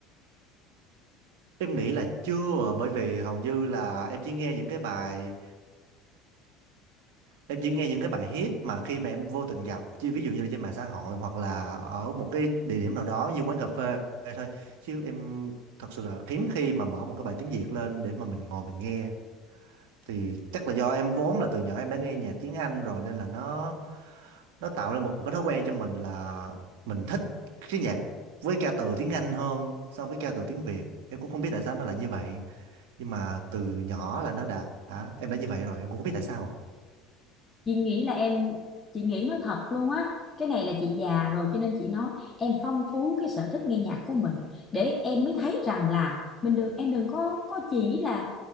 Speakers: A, on the right; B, on the left.
A: Em nghĩ là chưa bởi vì hầu như là em chỉ nghe những cái bài em chỉ nghe những cái bài hit mà khi mà em vô tình gặp chứ ví dụ như là trên mạng xã hội hoặc là ở một cái địa điểm nào đó như quán cà phê thôi chứ em thật sự là hiếm khi mà mở một cái bài tiếng Việt lên để mà mình ngồi mình nghe thì chắc là do em vốn là từ nhỏ em đã nghe nhạc tiếng Anh rồi nên là nó nó tạo lên một cái thói quen cho mình là mình thích cái nhạc với ca từ tiếng Anh hơn so với ca từ tiếng Việt em cũng không biết tại sao nó lại như vậy nhưng mà từ nhỏ là nó đã em đã như vậy rồi em cũng không biết tại sao
B: chị nghĩ là em chị nghĩ nói thật luôn á cái này là chị già rồi cho nên chị nói em phong phú cái sở thích nghe nhạc của mình để em mới thấy rằng là mình đừng em đừng có có chỉ là